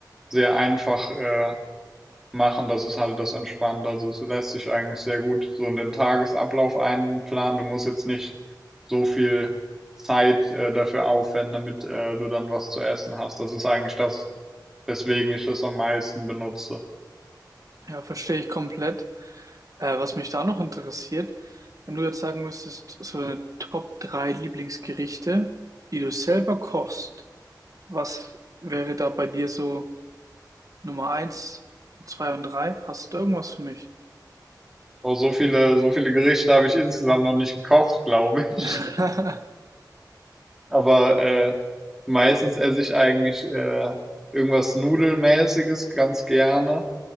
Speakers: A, in the centre; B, on the right.
A: sehr einfach, äh, machen. Das ist halt das entspannt. Also es lässt sich eigentlich sehr gut so in den Tagesablauf einplanen. Du musst jetzt nicht so viel Zeit äh, dafür aufwenden, damit äh, du dann was zu essen hast. Das ist eigentlich das, weswegen ich das am meisten benutze.
B: Ja, verstehe ich komplett. Äh, was mich da noch interessiert, wenn du jetzt sagen müsstest, so deine Top 3 Lieblingsgerichte, die du selber kochst, was wäre da bei dir so? Nummer eins, zwei und drei. Hast du da irgendwas für mich?
A: Oh, so viele, so viele Gerichte habe ich insgesamt noch nicht gekocht, <laughs> glaube ich.
B: <laughs>
A: Aber äh, meistens esse ich eigentlich äh, irgendwas Nudelmäßiges ganz gerne.